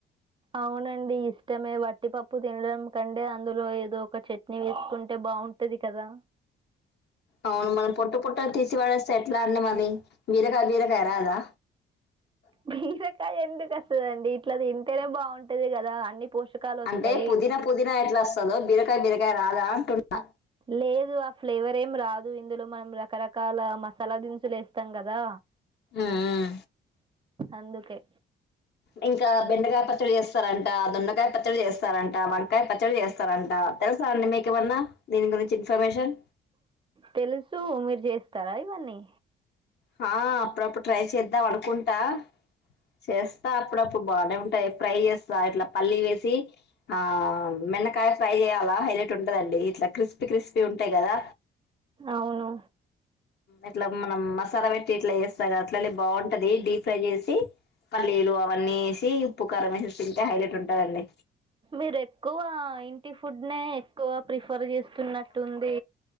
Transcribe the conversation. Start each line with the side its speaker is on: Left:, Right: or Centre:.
Right: అవునండి ఇష్టమే వట్టిపప్పు తినడం ఎందుకంటే అందులో ఏదో ఒక చట్నీ వేసుకుంటే బాగుంటది కదా
Left: అవును మనం పొట్టు పొట్టలు తీసి పడేస్తే ఎట్లా అండి మరి బీరకాయ్ బీరకాయ్ రాదా
Right: బీరకాయ ఎందుకు వస్తదండి ఇట్లా తింటేనే బాగుంటది కదా అన్ని పోషకాలు వస్తాయి
Left: అంటే పుదీనా పుదీనా ఎట్ల వస్తదో బిరకాయ బీరకాయ రాదా అంటున్నా
Right: లేదు ఆ ఫ్లేవర్ ఏం రాదు ఇందులో మనం రకరకాల మ సాల దినుసులేస్తాం కదా
Left: ఉమ్,
Right: అందుకే
Left: ఇంకా బెండకాయ పచ్చడి చేస్తరంట దొండకాయ పచ్చడి చేస్తరంట వంకాయ పచ్చడి చేస్తారంట తెలుసా అండి మీకు ఏమన్న దీని గురించి ఇన్ఫర్మేషన్
Right: తెలుసూ మీరు చేస్తారా ఇవన్నీ
Left: హా అప్పుడప్పుడు ట్రై చేద్దాం అనుకుంటా చేస్తా అప్పుడప్పుడు ప్పు బాగానే ఉంటాయి ఫ్రై చేస్తా ఇట్లా పల్లీ వేసి ఆ బెండకాయ ఫ్రై చేయాల హైలట్ ఉంటదండి ఇట్లా క్రిస్పీ క్రిస్పీ ఉంటాయి కదా
Right: అవును
Left: ఇట్ల మనం మ సాల పెట్టి ఇట్లా చేేస్తామ్ కదా అట్లనే బాగుంటది డీప్ ఫ్రై చేసి పల్లీలు అవన్నీ వేసి ఉప్పు కారం మేసి తింటే హైలైట్ ఉంటదండి
Right: మీరు ఎక్కువ ఇంటి ఫుడ్ నే ఎక్కువ ప్రిఫర్ ఇస్తున్నట్టుంది